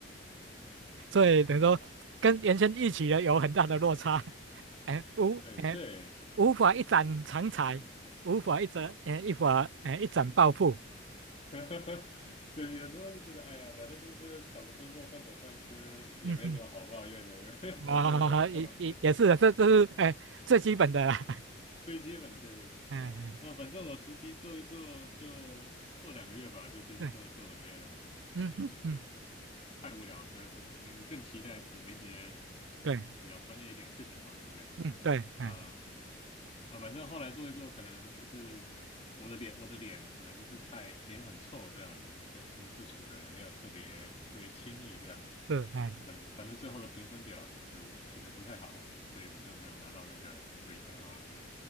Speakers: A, on the left; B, on the right.
A: 对，
B: 所以等于说跟原先一起的有很大的落差，
A: 好，
B: <laughs> 哎，无哎
A: 嗯，对，
B: 无法一展长才，无法一折哎一法哎一展抱负，
A: <laughs> 对，有时候就觉得，哎呀，反正就是找个工作混口饭吃，也没什么好抱怨的，
B: 嗯哼，
A: <laughs> 管这么多干嘛？
B: 啊也也也是的，这这是哎最基本的啦，
A: 最基本的，对对对。
B: <laughs> 哎
A: 那反正我实习做一做就做两个月吧，就其实真的做的觉得啊不行，
B: 对，嗯哼嗯
A: 这太无聊了实在受不了。因为我更期待有一些
B: 对
A: 比较专业一点的事情嘛，对不对？
B: 嗯对哎
A: 啊、啊，反正后来做一做，可能就是我的脸，我的脸可能就是太脸很臭这样子，跟同事处的也没有特别特别亲密这样。
B: 是哎
A: 反反正最后的评分表就是评的不太好，所以我就没有拿到那个 return offer。